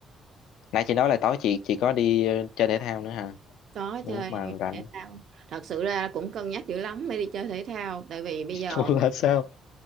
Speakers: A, on the left (about 85°); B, on the right (about 65°).
A: nãy chị nói là tối chị chị có đi ờ, chơi thể thao nữa hả
B: có
A: Nên
B: chơi
A: lúc mà rảnh
B: thể thao thật sự ra cũng cân nhắc dữ lắm mới đi chơi thể thao tại vì bây
A: <laughs>
B: giờ
A: cô là sao